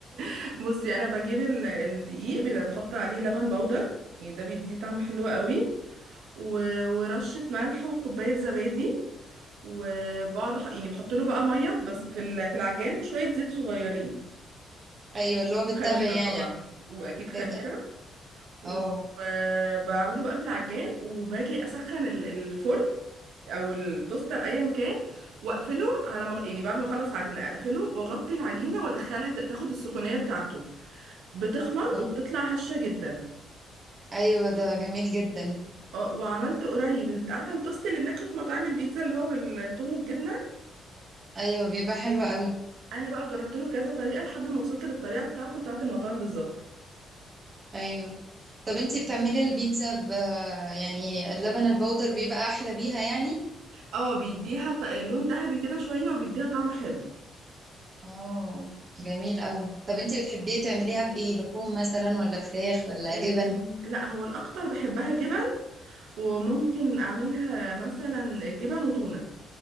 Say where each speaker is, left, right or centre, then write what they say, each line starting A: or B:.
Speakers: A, on the right; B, on the right.
A: <laughs> بصي أنا بجيب ال- الدقيق بيبقى بحط عليه لبن بودر يعني ده بيديه طعم حلو قوي و- ورشة ملح وكوباية زبادي وبقعد أح- يعني بحط له بقى مية بس في ال- في العجان وشوية زيت صغيرين
B: ايوه اللي هو بتتابعي
A: وخميرة طبعا
B: يعني على
A: وأكيد خميرة
B: التيك أب.
A: وبعمله
B: اه
A: بقى في العجان وباجي اسخن ال- الفرن او التوستر ايا كان واقفله على ما يعني بعد ما اخلص عجينه اقفله واغطي العجينه وادخلها ت- تاخد السخونيه بتاعته بتخمر
B: أيوة
A: وبتطلع هشه جدا
B: أيوة، ده جميل جدا
A: اه وعملت قريب الت- عارفه التوست اللي بناكله في مطاعم البيتزا اللي هو بالثوم والجبنه
B: أيوة بيبقى حلو قوي
A: انا بقى جربت له كذا طريقه لحد ما وصلت للطريقه بتاعته بتاعت المطاعم بالظبط
B: أيوة طب انتي بتعملي البيتزا ب يعني اللبن البودر بيبقى أحلى بيها يعني
A: اه بيديها ط- لون ذهبي كده شويه وبيديها طعم حلو
B: اه جميل قوي طب انتي بتحبيه تعمليها بإيه لحوم مثلا ولا فراخ ولا
A: آه،
B: جبن
A: لا هو الاكتر بحبها جبن وممكن اعملها مثلا جبن وتونة